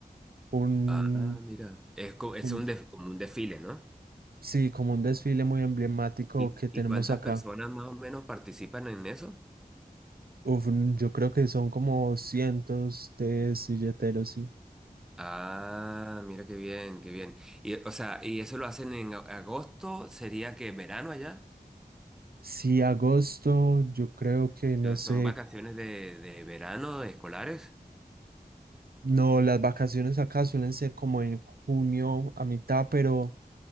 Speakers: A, on the right; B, in the centre.
A: un,
B: Ah, mira. Es, co- es
A: un-
B: un def- como un desfile, ¿no?
A: sí, como un desfile muy emblemático
B: ¿Y,
A: que tenemos
B: y cuántas
A: acá.
B: personas más o menos participan en eso?
A: Uf, mm, yo creo que son como cientos de silleteros, sí.
B: Ah, mira qué bien, qué bien. Y, o sea, ¿y eso lo hacen en a- agosto? ¿Sería que verano allá?
A: Sí, agosto, yo creo que no
B: O sea,
A: sé,
B: ¿Son vacaciones de, de verano, de escolares?
A: no, las vacaciones acá suelen ser como en junio a mitad, pero